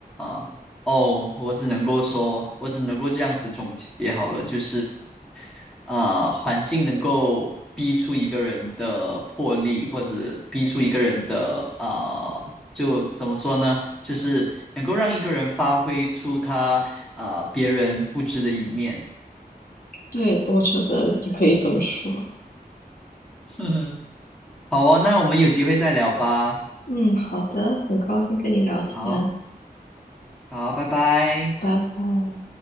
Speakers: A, in the centre; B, on the left (about 60°).
A: 呃哦，我只能够说，我只能够这样子总结好了，就是啊、呃环境能够逼出一个人的魄力，或者逼出一个人的啊、呃就怎么说呢？就是能够让一个人发挥出他啊、呃别人不知的一面。
B: 对，我觉得你可以这么说。
A: <laughs> 哼哼，好哦，那我们有机会再聊吧。
B: 嗯，好的，很高兴跟你聊天，
A: 好，好，拜拜。
B: 拜拜。